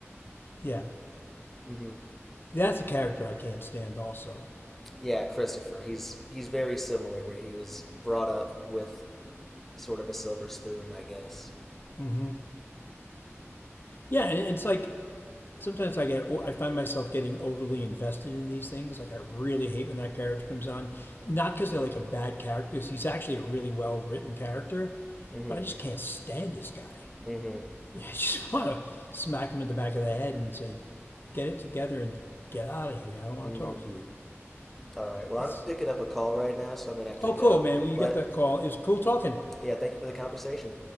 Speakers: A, on the left; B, in the centre.
A: yeah.
B: hmm
A: That's a character I can't stand. Also,
B: Yeah, Christopher. He's he's very similar where he was brought up with sort of a silver spoon, I guess.
A: Mm-hmm. yeah, and it's like sometimes I get I find myself getting overly invested in these things. Like I really hate when that character comes on, not because they're like a bad character. 'cause he's actually a really well written character,
B: Mm-hmm.
A: but I just can't stand this guy. <laughs>
B: Mm-hmm.
A: Yeah, I just want to smack him in the back of the head and say, get it together and get out of here. I don't want
B: Mm-hmm.
A: to talk to you.
B: All right. Well,
A: It's
B: I'm picking up a call right now, so I'm going to have to
A: oh
B: go.
A: cool, man. Well, you
B: But
A: get that call. It was cool talking.
B: yeah, thank you for the conversation.